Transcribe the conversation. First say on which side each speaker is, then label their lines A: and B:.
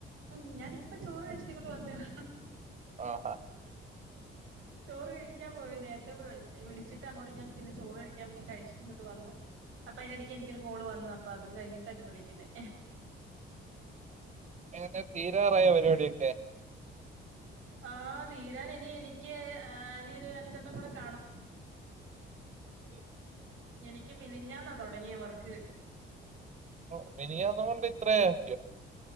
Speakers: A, on the right (about 75°); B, on the right (about 35°).
A: ഉം ഞാനിപ്പ ചോറ് കഴിച്ചിട്ട് ഇങ്ങോട്ട് വന്നേ-
B: ആഹാ
A: ചോറ് കഴിക്കാൻ പോയി നേരത്തെ വിളിച്ചിട്ട് അങ്ങോട്ട് ഞാൻ പിന്നെ ചോറ് കഴിക്കാൻ പോയി കഴിച്ചിട്ട് ഇങ്ങോട്ട് വന്നു അപ്പ അയിനിടക്ക് എനിക്കൊരു കോള് വന്നു അപ്പൊ അതും കഴിഞ്ഞിട്ടാപ്പൊ വിളിക്കുന്നേ
B: എങ്ങനെ തീരാറായോ പരിപാടിയൊക്കെ
A: ആ തീരാൻ ഇനി എനിക്ക്- ഒര് അഞ്ചെണ്ണം കൂടെ കാണും
B: <inaudible>
A: എനിക്ക് മിനിഞ്ഞന്നാ തൊടങ്ങിയവർക്ക്
B: ഓ ഇനി അതുകൊണ്ട് ഇത്രയ ആക്കിയോ